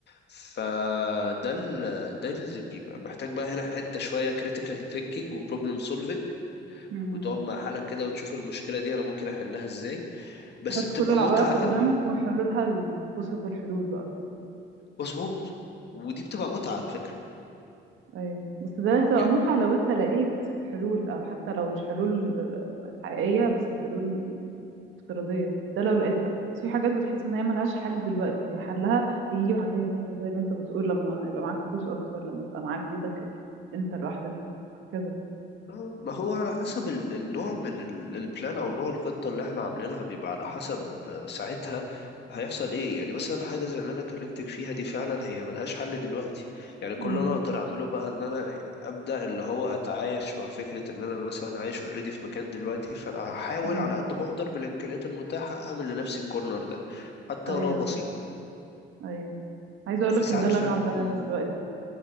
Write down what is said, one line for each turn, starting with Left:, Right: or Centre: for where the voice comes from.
Left: فده ال- ده اللي بيبقى محتاج بقى هنا حتة شوية critical thinking و problem solving
Right: امم
Left: وتقعد مع حالك كده وتشوف المشكلة دي انا ممكن احلها ازاي بس
Right: تحط
Left: بتبقى
Right: كل العوائق
Left: متعة
Right: قدامك
Left: قوي
Right: وحلولها الفرصة الحلول بقى
Left: مظبوط ودي بتبقى متعة على فكرة
Right: ايوه بس ده هتبقى
Left: يعني
Right: متعه لو انت لقيت حلول او حتى لو مش حلول حقيقيه بس حلول افتراضيه ده لو لقيتها بس في حاجات بتحس ان هي ملهاش حل دلوقتي هي حلها هيجي بعدين مثلا زي ما انت بتقول لما يبقى معاك فلوس اكتر لما يبقى معاك بيتك ال- انت لوحدك كذا
Left: آه، ما هو على حسب ال- النوع من ال- البلان او نوع الخطه اللي احنا عاملينها بيبقى على حسب آه، ساعتها هيحصل ايه يعني مثلا حاجه زي اللي انا كلمتك فيها دي فعلا هي ملهاش حل دلوقتي يعني كل
Right: امم
Left: اللي انا اقدر اعمله بقى ان انا ابدا اللي هو اتعايش مع فكره ان انا مثلا عايش اوريدي في مكان دلوقتي فانا هحاول
Right: امم
Left: على قد ما اقدر بالامكانيات المتاحه اعمل لنفسي الكورنر ده حتى
Right: ايوه
Left: ولو بسيط
Right: ايوه عايزه اقول
Left: في
Right: لك
Left: ساعات
Right: ان ده اللي
Left: فعلا
Right: انا عاملاه دلوقتي